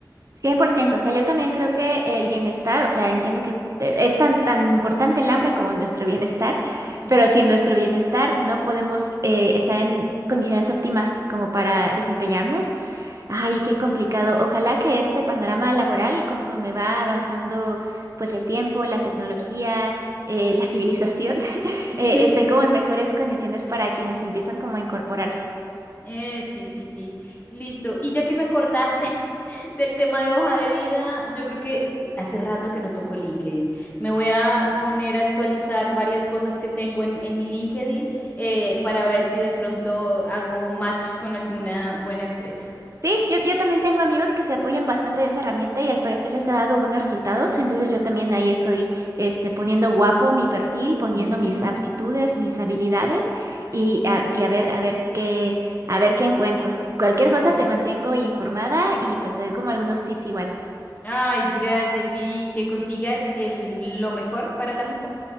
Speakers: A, on the right; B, on the left.
A: 100%. o sea, yo también creo que el bienestar, o sea, entiendo que te- es tan, tan importante el hambre como nuestro bienestar, <laughs>
B: Ujú.
A: pero sin nuestro bienestar no podemos eh, estar en condiciones óptimas como para desempeñarnos. Ay, qué complicado. Ojalá que este panorama laboral, conforme va avanzando, pues el tiempo, la tecnología, eh, la civilización, <laughs>
B: <laughs>
A: eh, esté como en mejores condiciones para quienes empiezan como a incorporarse.
B: Eh, sí, sí, sí. Listo. Y ya que me acordaste <laughs> del tema de hoja de vida, yo creo que hace rato que no toco LinkedIn. Me voy a poner a actualizar varias cosas que tengo en, en mi LinkedIn eh, para ver si de pronto hago match con alguna buena empresa.
A: Sí, yo, yo también tengo amigos que se apoyan bastante de esa herramienta y al parecer les ha dado buenos resultados, entonces yo también ahí estoy este, poniendo guapo mi perfil, poniendo
B: <laughs>
A: mis aptitudes, mis habilidades y
B: Ujú.
A: a, y a ver, a ver qué, a ver qué encuentro. Cualquier cosa
B: Ah,
A: te mantengo informada y pues te doy como algunos tips igual.
B: Ay, gracias, Viri, que consigas el, lo mejor para la mejor.